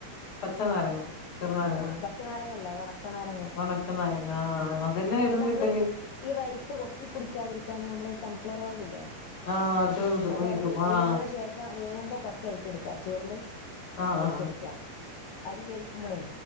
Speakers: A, on the left; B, on the left.
A: പച്ച നാരങ്ങ ചെറുനാരങ്ങ
B: ആഹ് ആഹ് പച്ചനാരങ്ങ അല്ല ഒണ ക്ക നാരങ്ങ
A: ഒണക്ക നാരങ്ങ
B: ആഹ്
A: അതെല്ലാം എവിടുന്ന്
B: പിന്നെ നമ്മള്ഈ
A: കിട്ടല്
B: ഈ റൈസ് ഒട്ടിപ്പിക്കാതിരി ക്കാൻ നമ്മള് സൺഫ്ലവർ ഓയില് ല്ലേ
A: ആഹ് അത് ഇട്
B: അത്
A: ഒഴിക്കും
B: അത്
A: ആഹ്
B: വേവ്ണ ശേഷം വേവുമ്പോ കൊറച്ച് ഒഴിച്ച് കൊടുക്ക ചോറ് ള്
A: ആഹ്
B: ഒഴിച്ചെടുക്ക
A: ആഹ് ആഹ്
B: അരി വേവിക്കുമ്പോളേ